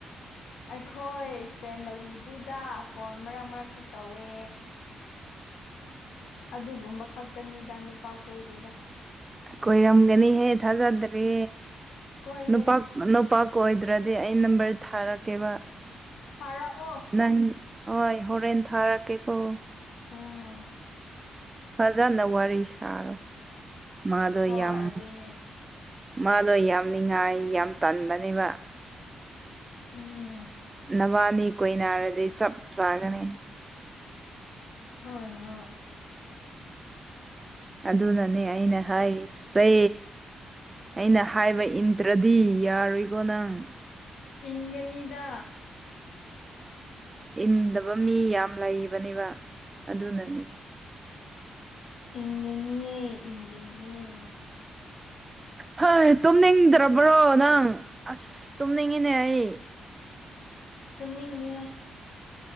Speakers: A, on the left (about 85°); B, on the right (about 25°).
A: ꯑꯩꯈꯣꯏ ꯐꯦꯃꯂꯤꯗꯨꯗ ꯐꯣꯟ ꯃꯔꯛ ꯃꯔꯛꯇ ꯇꯧꯋꯦ ꯑꯗꯨꯒꯨꯝꯕ ꯈꯛꯇꯅꯤꯗ ꯅꯨꯄꯥ ꯀꯣꯏꯗꯦꯗ
B: ꯀꯣꯏꯔꯝꯒꯅꯤꯍꯦ ꯊꯥꯖꯗ꯭ꯔꯦ
A: ꯀꯣꯏꯗꯦ
B: ꯅꯨꯄꯥ ꯅꯄꯥ ꯀꫭꯏꯗ꯭ꯔꯗꯤ ꯑꯩ ꯅꯝꯕꯔ ꯊꯥꯔꯛꯀꯦꯕ
A: ꯊꯥꯔꯛꯑꯣ
B: ꯅꯪ ꯍꯣꯏ ꯍꯣꯔꯦꯟ ꯊꯥꯔꯛꯀꯦꯀꯣ
A: ꯎꯝ
B: ꯐꯖꯅ ꯋꯥꯔꯤ ꯁꯥꯔꯣ ꯃꯥꯗꯣ
A: ꯍꯣꯏ
B: ꯌꯥꯝ
A: ꯑꯗꯨꯅꯦ
B: ꯃꯥꯗꯣ ꯌꯥꯝ ꯉꯥꯏ ꯌꯥꯝ ꯇꯟꯕꯅꯦꯕ
A: ꯎꯝ
B: ꯅꯕꯥꯅꯤ ꯀꯣꯏ ꯅꯥꯔꯗꯤ ꯆꯞ ꯆꯥꯒꯅꯤ
A: ꯍꯣꯏ ꯍꯣꯏ
B: ꯑꯗꯨꯅꯅꯦ ꯑꯩꯅ ꯍꯥꯏꯔꯤꯁꯦ ꯑꯩꯅ ꯍꯥꯏꯕ ꯏꯟꯇ꯭ꯔꯗꯤ ꯌꯥꯔꯣꯏꯀꯣ ꯅꯪ
A: ꯏꯪꯒꯅꯤꯗ
B: ꯏꯟꯗꯕ ꯃꯤ ꯌꯥꯝ ꯂꯩꯕꯅꯤꯕ ꯑꯗꯨꯅꯅꯤ
A: ꯏꯟꯒꯅꯤꯑ ꯏꯟꯒꯅꯤꯑ
B: ꯍꯣꯏ ꯇꯨꯝꯅꯤꯡꯗ꯭ꯔꯕ꯭ꯔꯣ ꯅꯪ ꯑꯁ ꯇꯨꯝꯅꯤꯡꯉꯤꯅꯦ ꯑꯩ
A: ꯎ ꯁꯅꯤꯒ